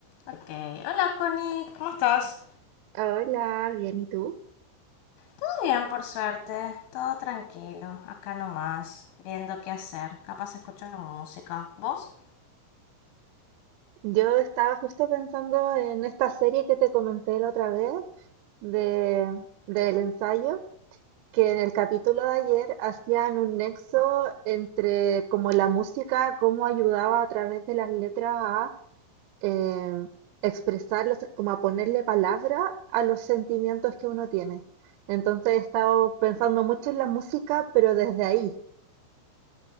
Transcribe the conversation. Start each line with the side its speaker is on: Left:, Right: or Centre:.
Left: Ok, hola Connie, ¿cómo estás?
Right: Hola, bien, ¿y tú?
Left: Todo bien, por suerte, todo tranquilo, acá nomás, viendo qué hacer, capaz escucho música. ¿Vos?
Right: Yo estaba justo pensando en esta serie que te comenté la otra vez de, del ensayo, que en el capítulo de ayer hacían un nexo entre como la música, cómo ayudaba a través de las letras a eh, expresar, como a ponerle palabra a los sentimientos que uno tiene. Entonces he estado pensando mucho en la música, pero desde ahí.